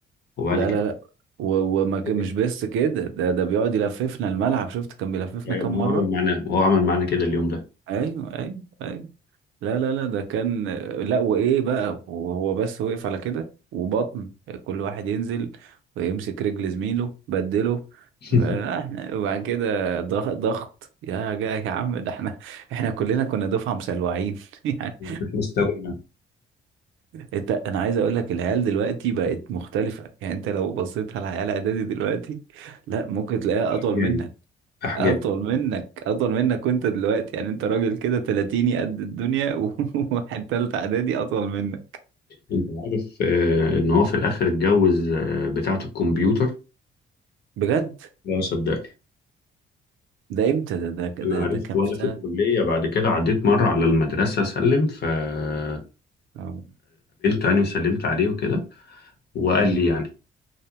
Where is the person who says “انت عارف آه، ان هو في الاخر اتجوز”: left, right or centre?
Left